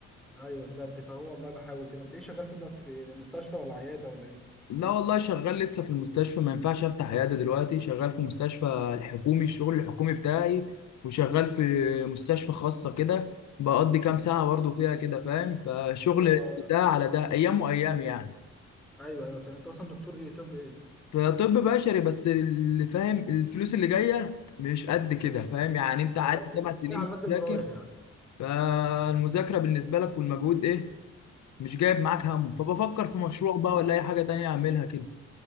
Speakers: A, in the centre; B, on the left (about 70°).
A: ايوه بجد فهو والله بحاول كده انت ايه شغال فين دلوقتي في مستشفى ولا عيادة ولا ايه
B: لا والله شغال لسه في المستشفى ما ينفعش افتح عياده دلوقتي شغال في مستشفى الحكومي الشغل الحكومي بتاعي وشغال في مستشفى خاصه كده بقضي كام ساعه برضه فيها كده فاهم فشغل
A: انت
B: ده على ده ايام وايام يعني
A: ايوه ايوه فاهم انت اصلا دكتور ايه طب ايه
B: فطب بشري بس اللي فاهم الفلوس اللي جايه مش قد كده فاهم يعني انت قعدت
A: اه الباقي
B: سبع سنين
A: على قد اللي
B: بتذاكر
A: رايح يعني
B: فالمذاكره بالنسبه لك والمجهود ايه مش جايب معاك همه فبفكر في مشروع بقى ولا اي حاجه تانية اعملها كده